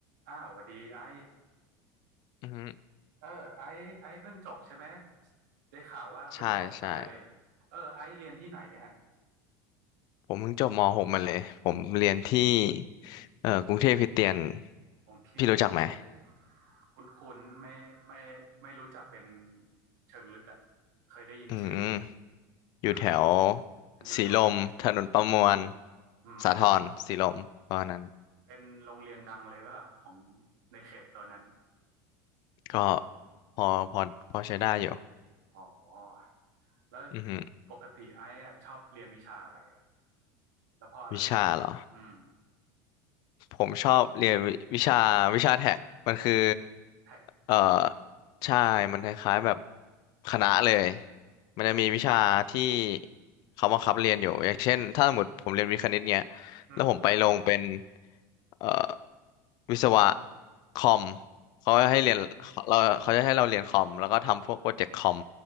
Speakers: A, on the right; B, on the left.
A: อ้าวสวัสดีไอซ์
B: อือฮึ
A: เออไอซ์ไอซ์เพิ่งจบใช่ไหมได้ข่าวว่าเพิ่งจบมาเลย
B: ใช่ใช่
A: เออไอซ์เรียนที่ไหนฮะ
B: ผมเพิ่งจบม .6 มาเลยผมเรียนที่เอ่อกรุงเทพคริสเตียน
A: ผมคริดคริดเรียนนะ
B: พี่รู้จักไหม
A: คุ้นคุ้นไม่ไม่ไม่รู้จักเป็นเชิงลึกอะเคยได้ยินชื่อ
B: อืมอยู่แถว
A: อืมมันอยู่แถวไหนฮะ
B: สีลมถนนประมวล
A: อืม
B: สาทรสีลมประมาณนั้น
A: เป็นโรงเรียนดังเลยว่ะของในเขตตัวนั้น
B: ก็พอพอพอใช้ได้อยู่
A: อ๋อแล้ว
B: อือฮึ
A: ปกติไอซ์อะชอบเรียนวิชาอะไรอะแล้วเพราะอะไรอะ
B: วิชาเหรอ
A: อืม
B: ผมชอบเรียนวิวิชาวิชาแท็กมันคือ
A: แท็ก
B: เอ่อใช่มันคล้ายๆแบบคณะเลย มันจะมีวิชาที่เขาบังคับเรียนอยู่อย่างเช่นถ้าสมมติผมเรียนวิทย์คณิตเนี้ย
A: อืม
B: แล้วผมไปลงเป็นเอ่อวิศวะคอมเขาให้เรียน
A: อืม
B: เราเขาจะให้เราเรียนคอมแล้วก็ทำพวกโปรเจกต์คอม